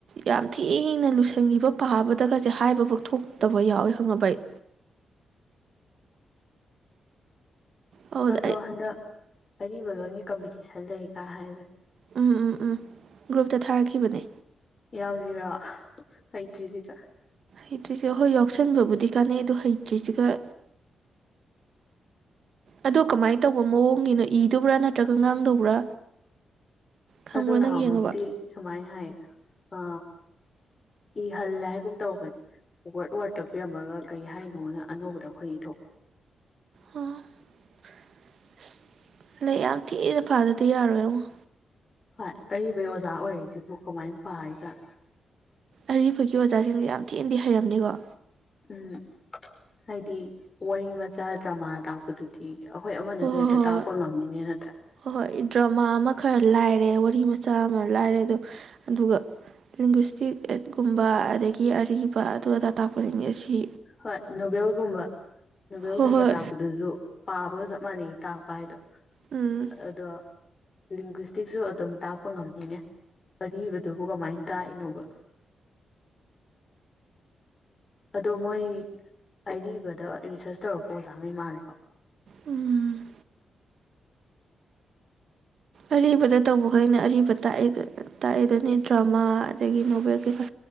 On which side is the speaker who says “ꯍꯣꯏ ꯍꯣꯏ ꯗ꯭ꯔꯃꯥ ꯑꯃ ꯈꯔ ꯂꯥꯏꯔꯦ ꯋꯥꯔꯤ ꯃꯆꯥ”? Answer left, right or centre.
Right